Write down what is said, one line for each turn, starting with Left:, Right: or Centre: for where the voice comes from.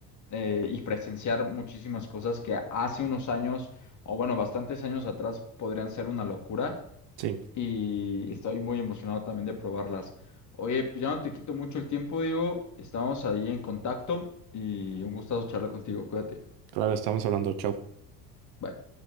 Left: eh, y presenciar muchísimas cosas que hace unos años, o bueno, bastantes años atrás podrían ser una locura
Right: Sí,
Left: y estoy muy emocionado también de probarlas. Oye, pues ya no te quito mucho el tiempo, digo, estamos ahí en contacto y un gustazo charlar contigo, cuídate.
Right: claro, estamos hablando, chau.
Left: Bye.